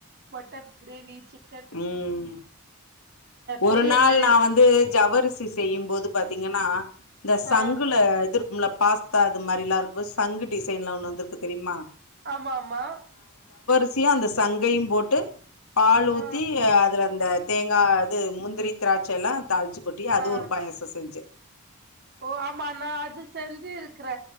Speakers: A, on the right; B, on the left.
A: பட்டர் கிரேவி சிக்
B: ம் ஒரு
A: பொரியல்லு
B: நாள் நா வந்து ஜவ்வரிசி செய்யும் போது பாத்தீங்கனா இந்த சங்குல
A: ஆ
B: இது இருக்கும்ல பாஸ் தா அது மாரில்லா இருக்கு போது சங்கு டிசைன்ல ஒண்ணு வந்துருக்கு தெரிமா
A: ஆமா ஆமா
B: ரிசியு அந்த சங்கயு போட்டு பால் ஊத்
A: ஆ
B: அதுல அந்த தேங்கா அது முந்திரி திராச்ச எல்லா தாள்ச்சு கொட்டி அது
A: ஆ
B: ஒரு பாயாசோ செஞ்ச
A: ஓ ஆமா நா அது செஞ்சிருக்குற